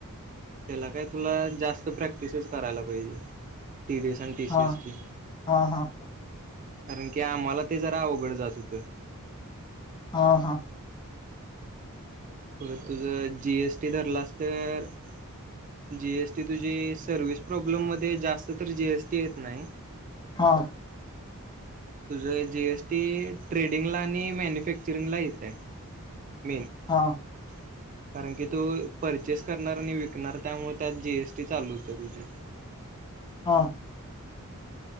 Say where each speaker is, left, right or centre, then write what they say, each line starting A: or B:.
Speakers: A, on the right; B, on the left.
A: त्याला काय तुला जास्त प्रॅक्टिसच करायला पाहिजे, टीडीस अन टीसीएस
B: हा
A: ची
B: हा हा हा
A: कारण की, आम्हाला ते जरा अवघड जात होतं.
B: हा हा.
A: परत तुझ जीएसटी धरलास तर, जीएसटी तुझी सर्विस प्रॉब्लेममध्ये, जास्त तर जीएसटी येत नाही.
B: हा.
A: तुझं जी एसटी ट्रेडिंगला आणि मॅन्युफॅक्चरिंगला येतय, मेन.
B: हा.
A: ह <inaudible> कारण की तो परचेस करणार, आणि विकणार, त्यामुळे त्यात जीएसटी चालू होते तुझी.
B: हा.